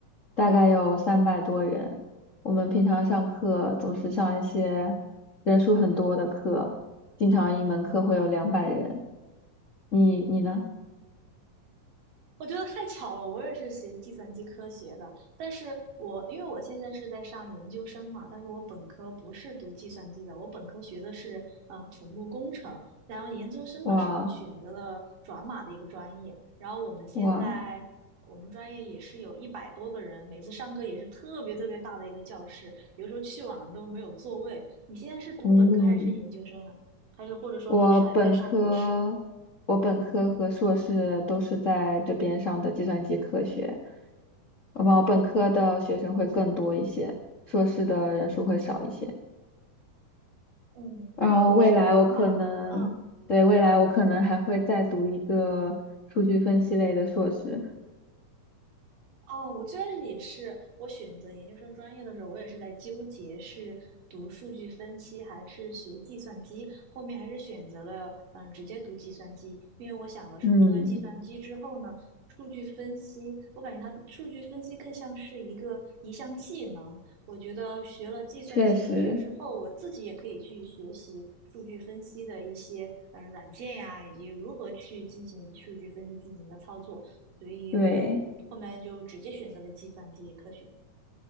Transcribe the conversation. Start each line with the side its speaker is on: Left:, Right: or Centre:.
Left: 大概有三百多人。我们平常上课总是上一些人数很多的课，经常一门课会有两百人。
Right: 嗯。
Left: 你你呢？
Right: 我觉得太巧了，我也是学计算机科学的，但是我因为我现在是在上研究生嘛，但是我本科不是读计算机的，我本科学的是嗯呃土木工程，然后研究生的时候选择了转码的一个专业，
Left: 哇
Right: 然后我们现在我们专业也是有一百多个人，
Left: 哇，
Right: 每次上课也是特别特别大的一个教室，有时候去晚了都没有座位。你现在是读本科还是研究生啊？
Left: 嗯。
Right: 还是或者说是上在上博士？
Left: 我本科，我本科和硕士都是在这边上的计算机科学，我本科的学生会更多一些，硕士的人数会少一些。
Right: 嗯，
Left: 然后未来我可能，
Right: 因为我是转码的，嗯。
Left: 对，未来我可能还会再读一个数据分析类的硕士。
Right: 哦，我最开始也是，我选择研究生专业的时候，我也是在纠结是读数据分析还是学计算机，后面还是选择了嗯直接读计算机，因为我想的是读了计算机之后呢，
Left: 嗯，
Right: 数据分析，我感觉它数据分析更像是一个一项技能，我觉得学了计算机科学之后，
Left: 确实，
Right: 我自己也可以去学习。数据分析的一些嗯软件呀，以及如何去进行数据分析进行一个操作。所以我就后面就直接选择了计算机科学。
Left: 对。